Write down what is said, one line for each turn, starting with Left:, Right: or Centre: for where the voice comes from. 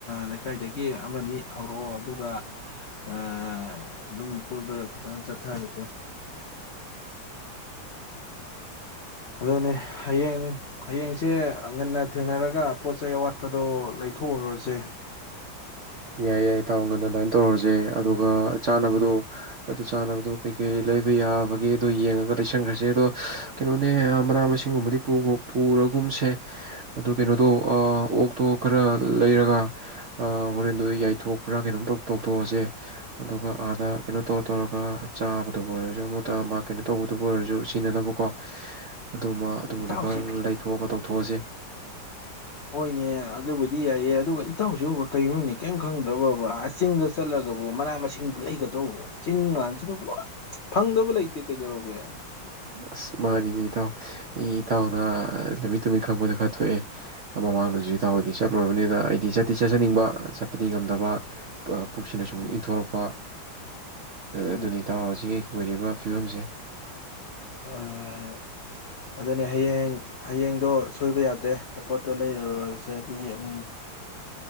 Left: ꯂꯩꯀꯥꯏꯗꯒꯤ ꯑꯃꯅꯤ ꯍꯧꯔꯛꯑꯣ ꯑꯗꯨꯒ ꯑꯗꯨꯝ ꯀꯣꯏꯕ ꯐꯖꯅ ꯆꯠꯊꯔꯁꯦ ꯑꯗꯨꯅꯦ ꯍꯌꯦꯡ ꯍꯌꯦꯡꯁꯦ ꯉꯟꯅ ꯊꯦꯡꯅꯔꯒ ꯄꯣꯠ ꯆꯩꯩ ꯑꯋꯥꯠꯄꯗꯣ ꯂꯩꯊꯣꯛꯎꯔꯨꯔꯁꯦ
Right: ꯌꯥꯏ ꯌꯥꯏ ꯊꯥꯎ ꯉꯟ ꯑꯗꯨꯃꯥꯏꯅ ꯇꯧꯔꯁꯦ ꯑꯗꯨꯒ ꯆꯥꯅꯕꯗꯣ ꯑꯗꯨ ꯆꯥꯅꯕꯗꯣ ꯀꯩꯀꯩ ꯂꯩꯕ ꯌꯥꯕꯒꯦ ꯑꯗꯣ ꯌꯦꯡꯉꯒ ꯂꯩꯁꯟꯈ꯭ꯔꯁꯦ ꯑꯗꯣ ꯀꯩꯅꯣꯅꯦ ꯃꯅꯥ ꯃꯁꯤꯡꯒꯨꯝꯕꯗꯤ ꯄꯨꯔꯒꯨꯝꯁꯦ ꯑꯗꯨ ꯀꯩꯅꯣꯗꯣ ꯑꯣꯛꯇꯣ ꯈꯔ ꯂꯩꯔꯒ ꯍꯣꯔꯦꯟꯗꯣ ꯌꯥꯏꯊꯣꯛꯄ꯭ꯔꯥ ꯀꯩꯅꯣꯝ ꯇꯧꯊꯣꯛꯑꯁꯦ ꯑꯗꯨꯒ ꯑꯥꯗ ꯀꯩꯅꯣ ꯇꯧꯔ ꯇꯧꯔꯒ ꯆꯥꯕꯗꯕꯨ ꯑꯣꯏꯔꯁꯨ ꯑꯃꯨꯠꯇ ꯃꯥ ꯀꯩꯅꯣ ꯇꯧꯕꯗꯨꯕꯨ ꯑꯣꯏꯔꯁꯨ ꯁꯤꯖꯤꯟꯅꯅꯕꯀꯣ ꯑꯗꯨꯃ ꯑꯗꯨꯝꯕꯗꯣ
Left: ꯏꯟꯁꯥꯎꯁꯤ
Right: ꯈꯔ ꯂꯩꯊꯣꯛꯑꯒ ꯇꯧꯊꯣꯛꯑꯁꯦ
Left: ꯍꯣꯏꯅꯦ ꯑꯗꯨꯕꯨꯗꯤ ꯌꯥꯏꯑ ꯑꯗꯨꯒ ꯏꯇꯥꯎꯁꯤ ꯀꯩꯅꯣꯅꯤ ꯀꯔꯤꯝ ꯈꯪꯗ꯭ꯔꯕꯕꯕꯥ ꯑꯁ ꯆꯤꯡꯗ ꯆꯠꯂꯒꯕꯨ ꯃꯅꯥ ꯃꯁꯤꯡ ꯂꯩꯒꯗ꯭ꯔꯣ ꯆꯤꯡ ꯃꯥꯟꯁꯤꯗꯕꯨ ꯂꯣꯏ ꯐꯪꯗꯕ ꯂꯩꯇꯦ ꯀꯩꯗꯧꯔꯒꯦ
Right: ꯑꯁ ꯃꯥꯅꯦꯅꯦ ꯏꯇꯥꯎ ꯑꯩ ꯏꯇꯥꯎꯅ ꯂꯝꯃꯤꯠ ꯇꯨꯃꯤꯠ ꯈꯪꯕꯗ ꯈꯔ ꯊꯣꯛꯑꯦ ꯃꯃꯥꯡꯗꯁꯨ ꯏꯇꯥꯎꯗꯤ ꯆꯠꯂꯨꯔꯕꯅꯤꯅ ꯑꯩꯗꯤ ꯆꯠꯇꯤ ꯆꯠꯆꯅꯤꯡꯕ ꯆꯠꯄꯗꯤ ꯉꯝꯗꯕ ꯄꯨꯛꯁꯤꯅ
Left: ꯎꯝ
Right: ꯁꯨꯝ ꯏꯪꯊꯣꯔꯛꯄ
Left: ꯎꯝ
Right: ꯑꯗꯨꯅꯤ ꯏꯇꯣ ꯍꯧꯁꯤꯛ ꯑꯩ ꯑꯣꯏꯣꯏꯔꯤꯕ ꯐꯤꯕꯝꯁꯦ
Left: ꯍꯣꯏꯣꯏ ꯑꯗꯨꯅꯦ ꯍꯌꯦꯡ ꯍꯌꯦꯡꯗꯣ ꯁꯣꯏꯕ ꯌꯥꯗ꯭ꯔꯦ ꯄꯣꯠꯇꯣ ꯂꯩꯔꯨꯔꯁꯦ ꯑꯗꯨꯗꯤ ꯎꯝ